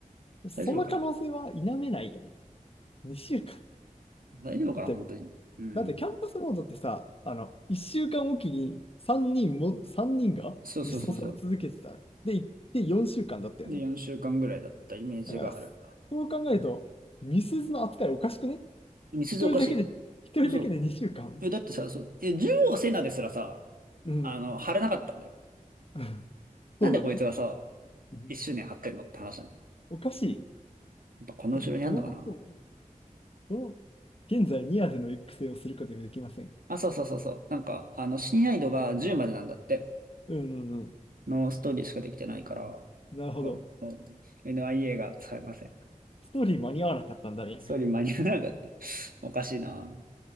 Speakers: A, on the left; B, on the right.
A: ん。その可能性は否めないよね。
B: 大丈夫かな
A: 2週間。
B: 大丈夫かな本当に。
A: だって
B: うん。
A: だってキャンパスボードってさ、あの、1週間おきに3人も、3人が実装され続けてた。
B: そうそうそうそう。
A: で、行って4週間だったよね。
B: で、4週間ぐらいだったイメージがある。
A: だから、そう考えると、ミスズの扱いおかしくね
B: みすずおかしいよ。
A: 一人だけで、一人だけで2週間うかん。
B: 嘘。え、だってさ、そう、え、十王セナですらさ、
A: うん
B: あの、貼れなかったんだよ。
A: <laughs>
B: なんでこいつがさ、
A: そうだね。うん
B: 一周年貼ってんのって話なの。
A: おかしい。
B: やっぱこの後ろにあんのかな。
A: ど、どうなってるのどう、現在ニアでの育成をすることができません。
B: あ、そうそうそうそう。なんか、あの、親愛度が10までなんだって。
A: うんうんうん。
B: のストーリーしかできてないから、
A: なるほど。
B: ここ NIA が使えません。
A: ストーリー間に合わなかったんだね。
B: ストーリー間に合わなかった。<laughs> おかしいな。